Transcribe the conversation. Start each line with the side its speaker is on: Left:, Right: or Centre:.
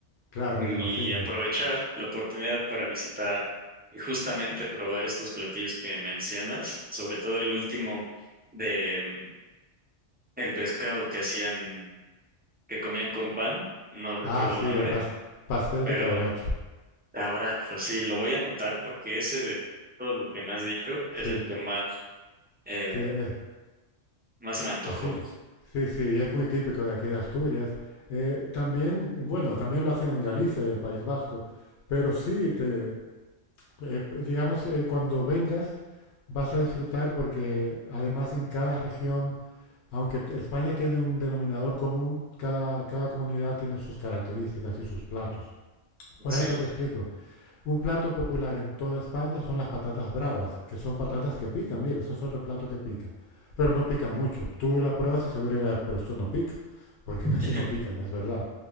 Left: Claro,
Right: y
Left: me imagino.
Right: aprovechar la oportunidad para visitar y justamente probar estos platillos que mencionas, sobre todo el último de mm, el pescado que hacían, que comían con pan, no recuerdo
Left: Ah,
Right: el
Left: sí,
Right: nombre,
Left: el pas- pastel
Right: pero
Left: de cabracho.
Right: abracho, sí, lo voy a anotar porque ese de todos los que me has dicho es
Left: Sí,
Right: el que más, eh,
Left: sí, eh,
Right: más se me antojó.
Left: sí, sí, sí, y es muy típico de aquí de Asturias. Eh, también, eh, bueno, también lo hacen en Galicia y el País Vasco. Pero sí, te, eh, p- digamos, eh, cuando vengas vas a disfrutar porque además en cada región Aunque España tiene un denominador común, cada, cada comunidad tiene sus características y sus platos. Por
Right: Sí.
Left: ejemplo, te explico,
Right: claro.
Left: un plato popular en toda España son las patatas bravas, que son patatas que pican, mira, eso es otro plato que pica, pero no pican mucho. Tú la pruebas y seguro dirás, pero esto no pica, porque
Right: <laughs>
Left: casi no pican, es verdad.